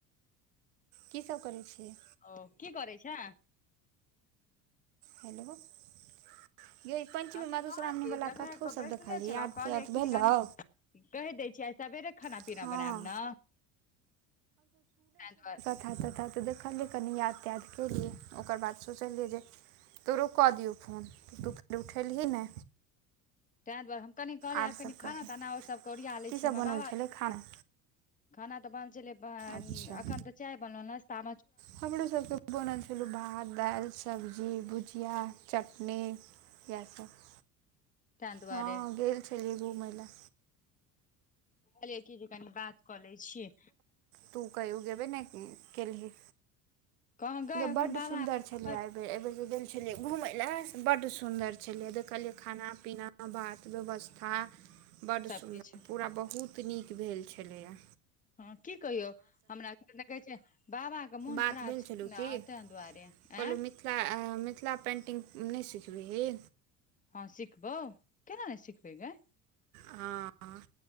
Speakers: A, on the right; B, on the left.
A: की सब करै छियै?
B: ओ की करै छ?
A: हेलो <unintelligible> ये पञ्चमी
B: हमहूँ
A: मधुश्रावणीवला
B: कहाँ की जगह
A: कतहोसभ
B: पर बैसले
A: देखलियै
B: छलहुँ
A: याद
B: कहलियै
A: त याद
B: कि
A: भेलौ।
B: कनि कहि दै छियै आ सबेरे खाना
A: हँ
B: पीना बनायब ने ता दुआरे।
A: था तथााते देखलियै कनि याद त्याग केलियै ओकर बाद सोचल रियै जे तोरो कऽ दियौ फोन तू फेर उठेलही ने।
B: तैहि दुआरे हम कनि कहलियै
A: आर
B: आब
A: सब
B: कनि खाना
A: कही
B: ताना आरसभके ओरिया लै
A: की
B: छीिय
A: सब
B: हमर
A: बनल
B: बाबा अ
A: छलै
B: छथिन
A: खाना
B: ने। खाना तऽ बन छलै
A: अच्छा
B: एखन तऽ चाय बनल नाश्ता।
A: हमरो सबके बनल छै। चोल भात दालि सब्जी भुजआ चटनी इएह सब
B: ताहि दुआरे
A: हँ गेल छलियै घुमय लए।
B: कहलिय एकी ज क बात कऽ ले छियै।
A: तू कयगे भै ने केलही
B: कह गय
A: ग
B: एखन
A: बड
B: बाबा
A: सुन्दर
B: एखन
A: छलिये बर ए बेर के गेल छलिये घूमे ले से बड सुंदर छलिये देखलिये खाना पीना। बात व्यवस्था बड्ड
B: सब
A: सुन्दर
B: किछ
A: पूरा बहुत नीक भेल छलैया।
B: हँ की कहियौ हमरा देखै छ बाबा। मोन
A: बात
B: खराब
A: भेल
B: छै
A: छलौ
B: न
A: की
B: तै दआरे
A: कहलहुँ
B: आँ।
A: मिथिला अ मिथिला पेन्टिंग नहि सिखबैी।
B: हँ सिखबौ केना नहि सिखबै गे।
A: हँ-हँ।